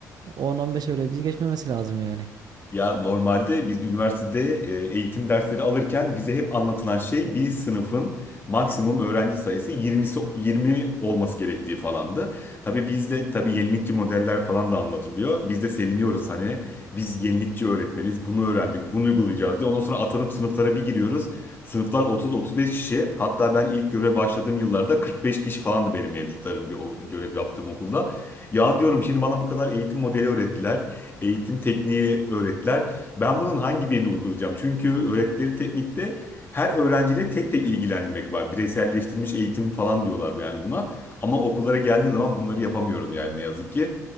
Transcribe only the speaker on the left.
Ya normalde biz üniversitede e, eğitim dersleri alırken bize hep anlatılan şey bir sınıfın maksimum öğrenci sayısı 20'si 20 olması gerektiği falandı. Tabii bizde tabii yenilikçi modeller falan da anlatılıyor. Biz de seviniyoruz hani biz yenilikçi öğretmeniz bunu öğrendik bunu uygulayacağız diye. Ondan sonra atanıp sınıflara bir giriyoruz. Sınıflar 30-35 kişi hatta ben ilk göreve başladığım yıllarda 45 kişi falandı benim mevcutlarım gö- o görev yaptığım okulda. Ya diyorum şimdi bana bu kadar eğitim modeli öğrettiler eğitim tekniği öğrettiler. Ben bunun hangi birini uygulayacağım? Çünkü öğrettikleri teknikte her öğrenciyle tek tek ilgilenmek var. Bireyselleştirilmiş eğitim falan diyorlar bu yani buna. Ama okullara geldiğim zaman bunları yapamıyorum yani ne yazık ki.